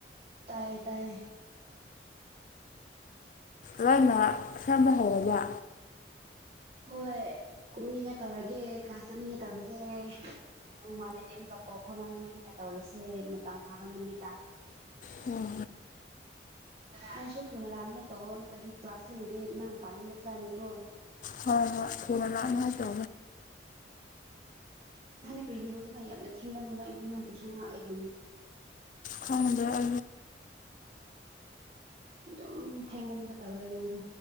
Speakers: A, on the right; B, on the left.
A: ꯇꯥꯏꯌꯦ ꯇꯥꯏꯌꯦ
B: ꯂꯣꯏꯅ ꯁꯦꯝꯕ ꯍꯧꯔꯕ
A: ꯍꯣꯏ ꯀꯣꯛꯅꯤꯡꯉ ꯇꯧꯔꯒꯦ ꯀ꯭ꯂꯥꯁ ꯆꯠꯅꯤꯡꯉ ꯇꯧꯔꯒꯦ ꯅꯣꯡꯃꯗꯒꯤ ꯑꯃꯛ ꯀꯛꯄ ꯈꯣꯠꯅꯅꯤꯡꯉ ꯇꯧꯔꯁꯦ ꯃꯇꯝ ꯐꯥꯕ ꯅꯨꯃꯤꯠꯇ
B: ꯍꯣꯏ
A: ꯅꯪꯁꯨ ꯊꯨꯅ ꯂꯥꯛꯅꯤꯉꯦ ꯇꯧꯑꯣ ꯅꯠꯇ꯭ꯔꯗꯤ ꯀ꯭ꯂꯥꯁ ꯊꯦꯡꯉꯗꯤ ꯅꯪ ꯃꯄꯥꯟꯗ ꯂꯦꯞꯆꯅꯤꯀꯣ
B: ꯍꯣꯏ ꯍꯣꯏ ꯐꯔꯅꯥꯅ ꯇ
A: ꯈ꯭ꯔꯤꯒꯦ ꯍꯧꯖꯤꯛꯀꯥꯟ ꯌꯥꯝꯅ ꯊꯦꯡꯒꯟꯕꯗꯣ ꯑꯩꯗꯤ ꯅꯪꯕꯨꯁꯨ ꯉꯥꯛ ꯑꯣꯏꯔꯤꯅꯦ
B: ꯊꯍꯗꯦ ꯑ
A: ꯑꯗꯨꯝ ꯊꯦꯡꯒꯟꯕ ꯇꯧꯋꯦ ꯅꯪꯗꯣ